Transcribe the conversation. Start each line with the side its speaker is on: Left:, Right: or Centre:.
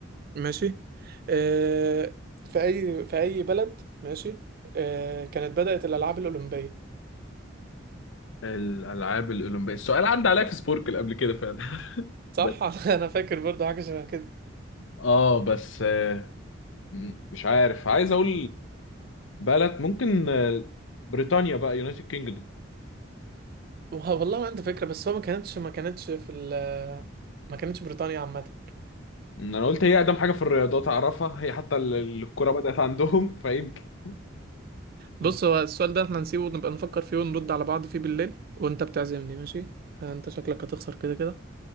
Right: ماشي آه، في اي في اي بلد ماشي آه، كانت بدأت الألعاب الأولمبية
Left: الالعاب الاولمبيه السؤال عدى عليا في سبوركل قبل كده فعلا <laughs> بس
Right: صح <laughs> انا فاكر برضه حاجة شبه كده
Left: اه بس مم. مش عارف عايز اقول بلد ممكن آه، بريطانيا بقى يونايتد كينجدوم
Right: وه- والله ما عندي فكرة بس هو ما كانتش ما كانتش في ال ما كانتش بريطانيا عامة
Left: انا قلت هي اقدم حاجه في الرياضات اعرفها هي حتى ال- الكره بدات عندهم <laughs> فيمكن مم.
Right: بص هو السؤال ده احنا نسيبه نبقى نفكر فيه ونرد على بعض فيه بالليل وانت بتعزمني ماشي يعني انت شكلك هتخسر كده كده